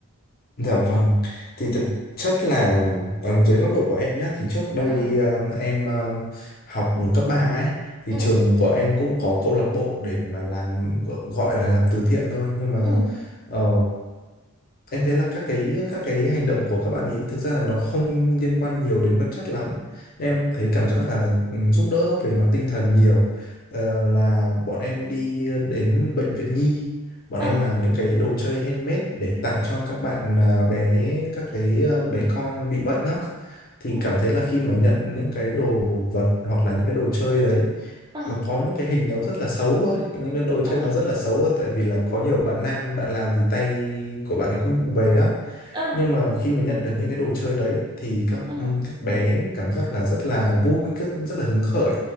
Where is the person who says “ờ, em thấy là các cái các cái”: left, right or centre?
Left